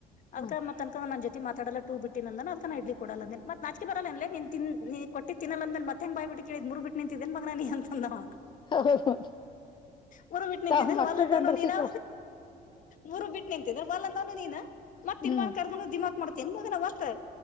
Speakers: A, on the left; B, on the left.
A: ಅದಕ
B: ಹ್ಮ್
A: ಮ ತನಕ ನ ಜೊ. ಮಾತಡಲ್ಲಟೂ ಬಿಟ್ಟಿ ಅ ಅದಕ ಇಡ್ಲಿ ಕೊಡಲ್ಲ ಮತ್ತ ನಾಚಕಿ ಬರಲ್ಲ ನೀ ತಿ ನೀ ಕೊಟ್ಟಿ ತಿನ್ನ ಅಂದ ಮತ್ತೆ ಹೆಂಗ ಬಾಯ. ಬಿಟ್ಟ ಕೇಳಿದ್ ಮೂರು ಬಿಟ್ಟು ನಿಂತಿದ್ದೇನ್ ಮಗ ನ ನಾನ ಅಂತಂದವ
B: ಹೌದು
A: ಮೂರು ಬಿಟ್ಟು ನಿಂತಿದ್ದಲ್ಲ್ಲ
B: ತಾವ್ ಮಕ್ಕಳಗಂದ್ರ
A: ನೀನು
B: ಸಿಟ್ಟು
A: ಮುರು ಬಿಟ್ಟ ನಿಂತ ವಲ್ಯ ಅಂದವ ನೀನ್ ಮತ್
B: ಹ್ಮ್
A: ತಿನ್ಮಾ ಕರ್ ದಿಮಾಕ್ ಮಾಡ್ತೀನ್ ಮಗನ ಮತ್ತತ್